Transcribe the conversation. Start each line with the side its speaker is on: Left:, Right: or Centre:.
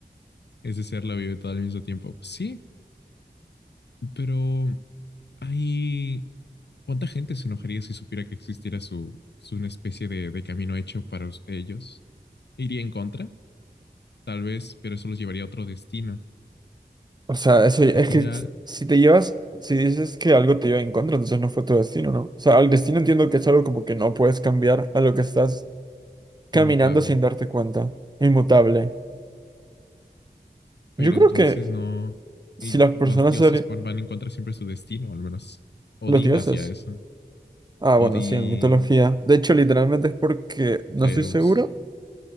Left: Ese ser la vive todo al mismo tiempo. Sí, pero ahí ¿Cuánta gente se enojaría si supiera que existiera su, su una especie de, de camino hecho para us- ellos? ¿Iría en contra? Tal vez, pero eso los llevaría a otro destino.
Right: O sea, eso ya-
Left: Al
Right: es
Left: final,
Right: que s- si te llevas, si dices que algo te lleva en contra, entonces no fue tu destino, ¿no? O sea, al destino entiendo que es algo como que no puedes cambiar a lo que estás caminando
Left: inmutable.
Right: sin darte cuenta, inmutable.
Left: Pero
Right: Yo creo
Left: entonces
Right: que
Left: no.
Right: si
Left: Y los
Right: las personas,
Left: dioses
Right: serían-
Left: pon- van en contra siempre de su destino, al menos Odín
Right: los dioses.
Left: hacía eso.
Right: Ah,
Left: Odín,
Right: bueno, sí, en mitología. De hecho, literalmente es porque, no
Left: Zeus.
Right: estoy seguro,